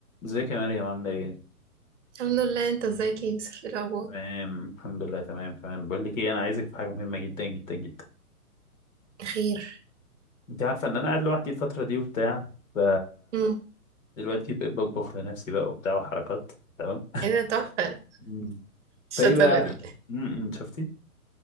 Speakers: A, on the left; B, on the right.
A: ازيك يا مريم عاملة ايه؟
B: الحمد لله انت ازيك يا يوسف ايه الاخبار
A: تمام الحمد لله تمام تمام بقول لك ايه انا عايزك في حاجة مهمة جدا جدا جدا
B: خير
A: انت عارفة ان انا قاعد لوحدي الفترة دي وبتاع ف
B: امم
A: دلوقتي بقيت بطبخ لنفسي بقى وبتاع وحركات تمام
B: ايه ده تحفه
A: مم. <laughs>
B: الشطاره
A: فايه بقى؟
B: دي
A: امم شفتي؟